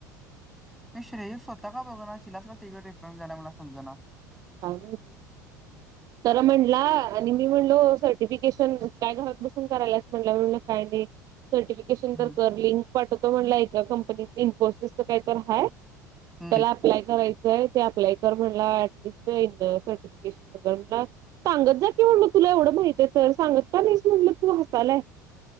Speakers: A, in the centre; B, on the right.
A: <unintelligible> श्रेयस स्वतः का बघ ना तिलाच का तिकट रिप्लान झाला समजा ना.
B: <unintelligible> का नाही.
A: <unintelligible>
B: तर म्हणला आणि मी म्हणलो सर्टिफिकेशन काय घरात बसून करायलाच म्हटलं म्हणलं काय नाही. सर्टिफिकेशन
A: हम्म
B: तर कर लिंक पाठवतो म्हणलाय एका कंपनीच इन्फोसिसच काय तर हाय.
A: हम्म
B: त्याला अप्लाय करायचंय ते अप्लाय कर म्हणला टिस्ट सर्टिफिकेशनला सांगत जा कि म्हणलं तुला एवढं माहितय तर सांगत का नाहीस म्हटलं तू हसायलाय